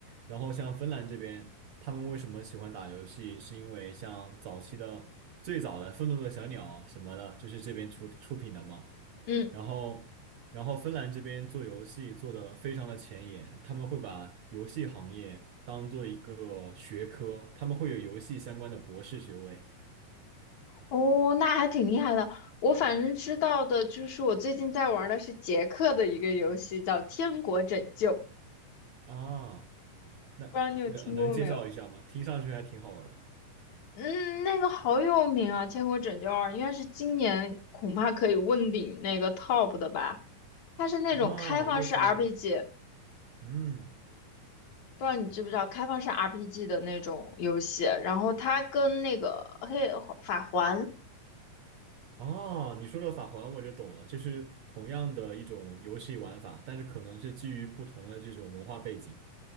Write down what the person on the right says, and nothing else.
然后像芬兰这边，他们为什么喜欢打游戏，是因为像早期的最早的《愤怒的小鸟》什么的，就是这边出出品的嘛。
然后，然后芬兰这边做游戏做的非常的前沿，他们会把游戏行业当做一个学科，他们会有游戏相关的博士学位
啊。那那能介绍一下吗？
听上去还挺好玩的
啊，又是
嗯
哦，你说到法环我就懂了，就是同样的一种游戏玩法，但是可能是基于不同的这种文化背景。